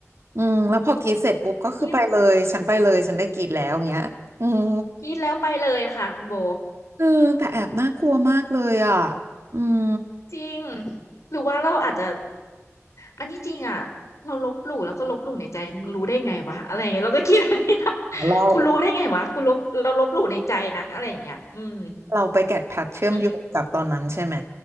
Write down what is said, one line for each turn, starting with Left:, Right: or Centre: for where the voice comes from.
Right: อืมแล้วพอกรีดเสร็จปุ๊บก็คือไปเลยฉันไปเลยฉันได้กรีดแล้วอย่างเงี้ยอืม
Left: กรีดกรีดแล้วไปเลยค่ะคุณโบ
Right: เออแต่แอบน่ากลัวมากเลยอ่ะอืม
Left: จริงหรือว่าเราอาจจะอันที่จริงอ่ะเราลบหลู่แล้วก็ลบหลู่ในใจมึงรู้ได้ไงวะอะไรอย่างเงี้ยเราก็คิดแบบนี้นะ
Right: เรา
Left: คุณรู้ได้ไงวะคุณลบเราลบหลู่ในใจนะอะไรอย่างเงี้ยอืม
Right: เราไปแกะแพทเชื่อมโยงกับตอนนั้นใช่ไหม
Left: อืม